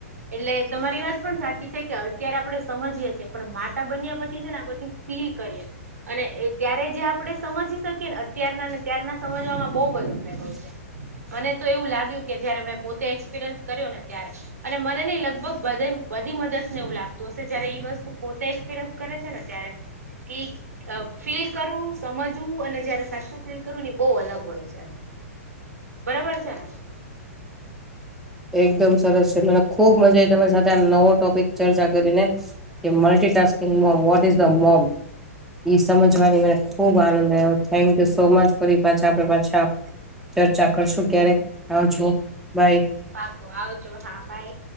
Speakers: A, on the right (about 85°); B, in the centre.
A: એટલે તમારી વાત પણ સાચી કે અત્યારે આપણે સમજીએ છે પણ માતા બન્યા પછી છે ને આ બધું ફીલ કરીએ. અને ત્યારે જે સમજી શકીએ ને, અત્યારનાને ત્યારના સમજવામાં બહુ બધો ફે
B: <inaudible>
A: મને તો એવું લાગ્યું કે જયારે મેં પોતે એક્સપિરિયન્સ કર્યોને ત્યારે અને મને નય લગભગ બધી મ મધર્સ ને એવું લાગતું હશે. જયારે એ વસ્તુ પોતે એક્સપિરિયન્સ કરે છે ને ત્યારે કે ફીલ કરવું સમજવું અને જયારે સાચું ફીલ કરવું ને બહુ અલગ હોય છે એમ. બરાબર છે ને.
B: એકદમ સરસ છે. મને ખુબ મજા આયી તમારી સાથે આ નવો ટોપિક ચર્ચા કરીને. એ multitasking mom what is the mom. ઈ સમજવાની મને ખુબ આનંદ આવ્યો. Thank you so much. ફરી પાછા આપણે પાછા ચર્ચા કરશું ક્યારેક આવજો બાઈ.
A: પાકું આવજો હા બાય.